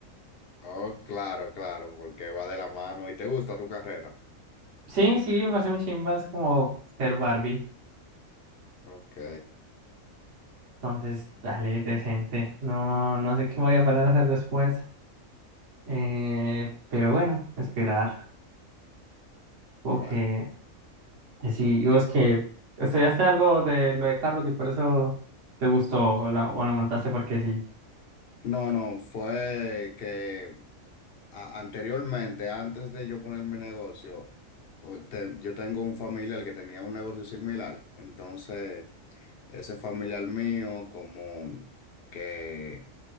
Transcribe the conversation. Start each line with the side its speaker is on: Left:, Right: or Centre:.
Left: Oh, claro, claro, porque va de la mano. ¿Y te gusta tu carrera?
Right: Sí, sí, me parece muy chimba. Es como ser Barbie.
Left: Ok,
Right: Entonces, dale, decente. No, no sé qué voy a parar a hacer después. Eh, pero bueno, esperar. Porque
Left: bueno.
Right: que sí, y vos que estudiaste algo de lo de carros y por eso te gustó o, la- o lo montaste porque sí.
Left: No, no, fue que a- anteriormente, antes de yo poner mi negocio, o te- yo tengo un familiar que tenía un negocio similar. Entonces... ese familiar mío como que